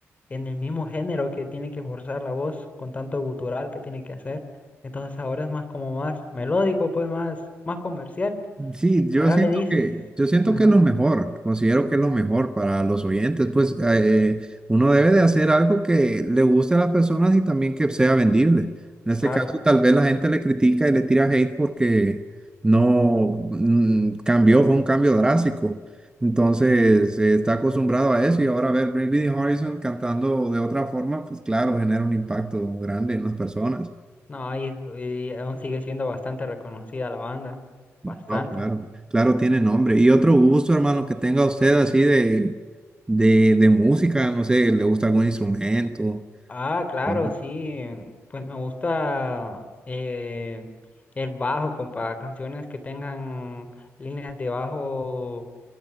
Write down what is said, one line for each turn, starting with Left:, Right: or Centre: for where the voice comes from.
Left: en el mismo género que tiene que forzar la voz con tanto gutural que tiene que hacer. Entonces ahora es más como más melódico, pues más, más comercial.
Right: Sí, yo
Left: Ahora
Right: siento
Left: le dices.
Right: que, yo siento
Left: Ujú,
Right: que es lo mejor, considero que es lo mejor para los oyentes, pues eh, uno debe de hacer algo que le guste a las personas y también que sea vendible. En este
Left: Claro.
Right: caso, tal vez la gente le critica y le tira hate porque no mm, cambió, fue un cambio drástico. Entonces, eh, está acostumbrado a eso y ahora ver Bring Me the Horizon cantando de otra forma, pues claro, genera un impacto grande en las personas.
Left: No, y, y aún sigue siendo bastante reconocida la banda. Bastante.
Right: No, claro, claro, tiene nombre. Y otro gusto, hermano, que tenga usted así de, de, de música, no sé, le gusta algún instrumento.
Left: Ah, claro,
Right: o
Left: sí. Pues me gusta eh, el bajo, compa. Canciones que tengan líneas de bajo